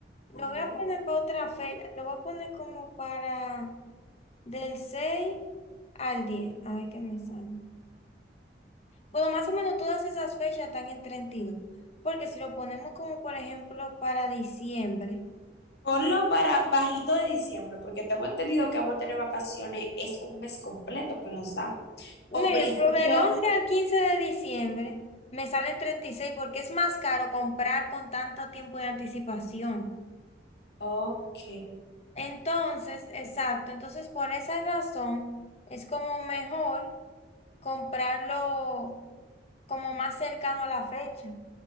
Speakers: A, on the left (about 35°); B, on the left (about 70°).
A: Lo
B: Ajá.
A: voy a poner para otra fecha. Lo voy a poner como para del 6 al 10. A ver qué me sale. Bueno, más o menos todas esas fechas están en 32. Porque si lo ponemos como por ejemplo para diciembre.
B: Ponlo para bajito de diciembre, porque tengo entendido que vamos a tener vacaciones, es un mes completo que nos dan.
A: Un
B: O
A: ejemplo,
B: principio,
A: del 11 al 15 de diciembre me salen 36 porque es más caro comprar con tanto tiempo de anticipación.
B: ok.
A: Entonces, exacto. Entonces, por esa razón es como mejor. comprarlo como más cercano a la fecha.